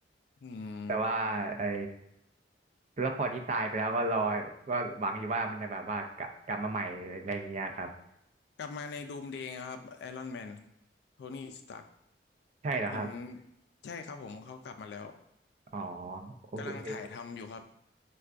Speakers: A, on the left; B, on the right.
A: อืม
B: แต่ว่าไอ้ ต้วครที่ตายไปแล้วก็รอก็หวังอยู่ว่ามันจะแบบว่ากลับกลับมาใหม่อะไรอย่างเงี้ยครับ
A: กลับมาในดูมเดย์ครับไอรอนแมนโทนี่สตาร์
B: ใช่เหรอครับ
A: เห็นใช่ครับผมเขากลับมาแล้ว
B: อ๋อโอ้โหเอง
A: กำลังถ่ายทำอยู่ครับ